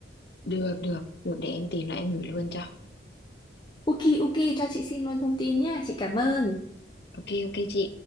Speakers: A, on the left; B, on the left.
A: được được được để em tìm lại em gửi luôn cho
B: Ok, ok, cho chị xin luôn thông tin nhá, chị cảm ơn.
A: ok ok chị